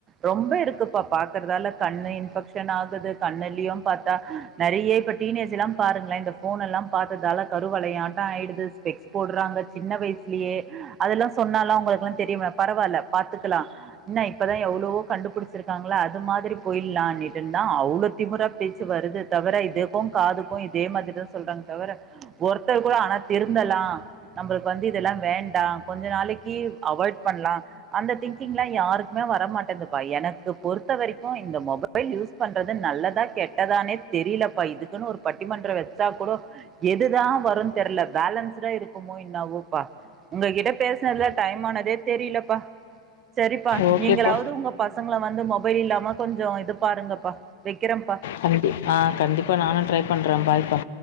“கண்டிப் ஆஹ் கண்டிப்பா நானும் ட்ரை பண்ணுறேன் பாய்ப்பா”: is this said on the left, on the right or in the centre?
Left